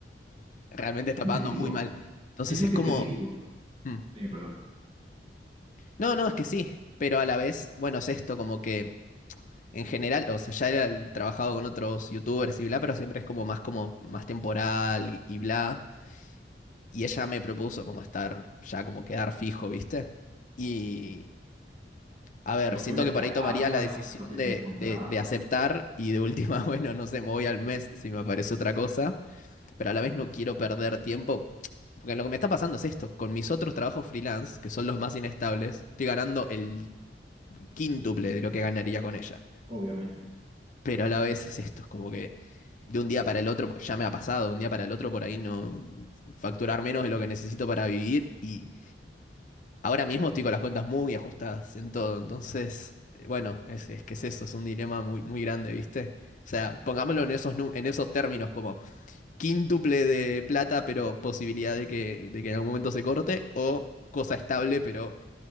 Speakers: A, on the left; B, on the right.
A: realmente está
B: ¿qué
A: pagando
B: te digo?
A: muy mal. Entonces
B: Es lo
A: es
B: que
A: como.
B: te digo.
A: mm.
B: Eh, perdón.
A: No, no, es que sí. Pero a la vez, bueno, es esto, como que en general, o sea, ya era trabajado con otros youtubers y bla, pero siempre es como más como más temporal y, y bla. Y ella me propuso como estar ya como quedar fijo, ¿viste? Y A ver,
B: Pero fue
A: siento
B: de
A: que
B: palabra,
A: por ahí tomaría la decisión
B: te ofreció
A: de,
B: un contrato.
A: de- de aceptar y de última, <laughs> bueno, no sé, me voy al mes si me aparece otra cosa, pero a la vez no quiero perder tiempo, porque lo que me está pasando es esto, con mis otros trabajos freelance, que son los más inestables, estoy ganando el quíntuple de lo que ganaría con ella,
B: Obviamente.
A: pero a la vez es esto, es como que de un día para el otro, ya me ha pasado, de un día para el otro por ahí no facturar menos de lo que necesito para vivir y Ahora mismo estoy con las cuentas muy ajustadas en todo, entonces, eh, bueno, es, es que es eso, es un dilema muy, muy grande, ¿viste? O sea, pongámoslo en esos, nu- en esos términos, como quíntuple de plata, pero posibilidad de que, de que en algún momento se corte, o cosa estable, pero